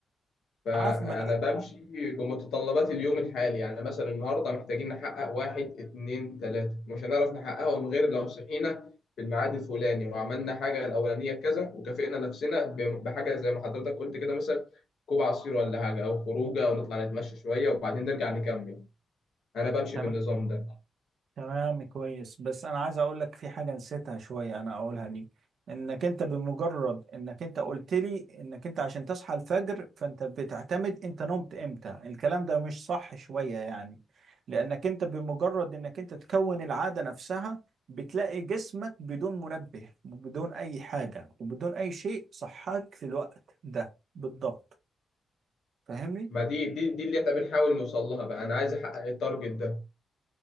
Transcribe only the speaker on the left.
فأنا
بمشي بمتطلبات اليوم الحالي يعني مثلا النهاردة محتاجين نحقق واحد اتنين تلاتة مش هنعرف نحققهم غير لو صحينا في الميعاد الفلاني وعملنا حاجة الأولانية كذا وكافئنا نفسنا بم- بحاجة زي ما حضرتك قلت كده مثلا كوب عصير ولا حاجة أو خروجة أو نطلع نتمشى شوية وبعدين نرجع نكمل أنا بمشي
بالنظام ده
ما دي دي دي اللي إحنا بنحاول نوصل لها بقى أنا عايز أحقق التارجت ده